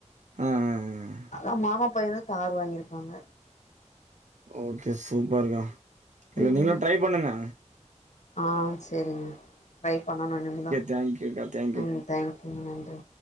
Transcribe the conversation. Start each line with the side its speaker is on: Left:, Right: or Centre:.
Right: ஆ ஆ அ
Left: அ மாமா பையனு தார் வாங்கிருக்காங்க
Right: ஓகே சூப்பர்க்கா இல்ல
Left: ம்
Right: நீங்களு ட்ரை பண்ணுங்க
Left: ஆ செரிங்க ட்ரை பண்ணணு இன்னிக்தா
Right: தேங்க்யூ கா தே
Left: ம் தேங்க்யூ நன்றி